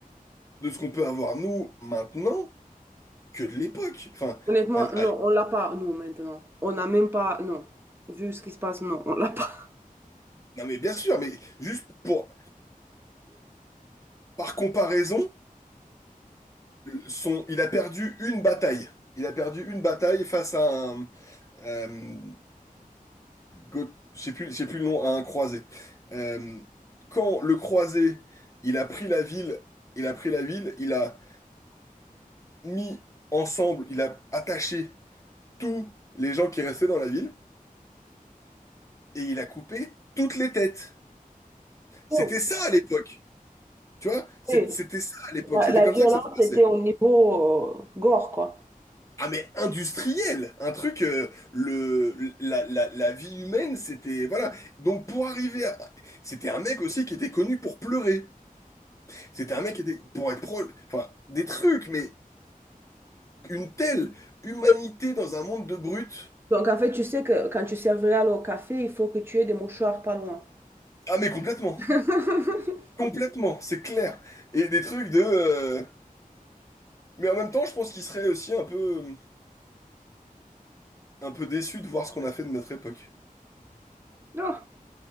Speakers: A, on the left (about 20°); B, on the right (about 15°).
A: de ce qu'on peut avoir nous maintenant que de l'époque. Enfin,
B: Honnêtement,
A: allez,
B: non, on l'a pas, nous, maintenant. On n'a même pas, non. Vu ce qui se passe, non, on l'a pas. <laughs>
A: non mais bien sûr, mais juste pour par comparaison, son, il a perdu une bataille. Il a perdu une bataille face à un, Euh, Go- je plus, c'est plus le nom, à un croisé. Euh, quand le croisé, il a pris la ville, il a pris la ville, il a mis ensemble, il a attaché tous les gens qui restaient dans la ville et il a coupé toutes les têtes.
B: Oh,
A: C'était ça à l'époque, tu vois? C'est-
B: oui,
A: C'était ça à l'époque,
B: la,
A: c'était
B: la
A: comme
B: violence
A: ça que ça se passait.
B: était au niveau euh, gore, quoi.
A: Ah mais industriel, un truc, euh, le, la, la, la vie humaine, c'était, voilà. Donc pour arriver à... C'était un mec aussi qui était connu pour pleurer. C'était un mec qui était, pour être pro, enfin, des trucs, mais une telle humanité dans un monde de brutes.
B: Donc, en fait, tu sais que quand tu serviras au café, il faut que tu aies des mouchoirs pas loin.
A: Ah, mais complètement.
B: <laughs>
A: Complètement, c'est clair. Et des trucs de. euh, Mais en même temps, je pense qu'il serait aussi un peu, euh, un peu déçu de voir ce qu'on a fait de notre époque.
B: Non,